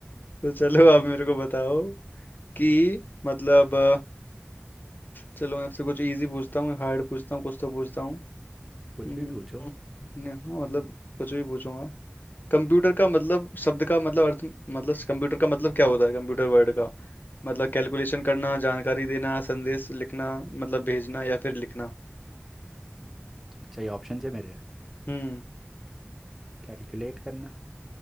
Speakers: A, on the left (about 45°); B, in the centre.
A: तो चलो आप मेरे को बताओ कि मतलब अ, चलो मैं आपसे कुछ इजी पूछता हूँ हार्ड पूछता हूँ कुछ तो पूछता हूँ
B: कुछ
A: हम्म,
B: भी पूछो
A: नहीं, हाँ मतलब कुछ भी पूछूंगा कंप्यूटर का मतलब शब्द का मतलब अर्थ मतलब कंप्यूटर का मतलब क्या होता है कंप्यूटर वर्ड का मतलब कैलकुलेशन करना जानकारी देना संदेश लिखना मतलब भेजना या फिर लिखना
B: अच्छा ये ऑप्शन है मेरे
A: हम्म
B: कैलकुलेट करना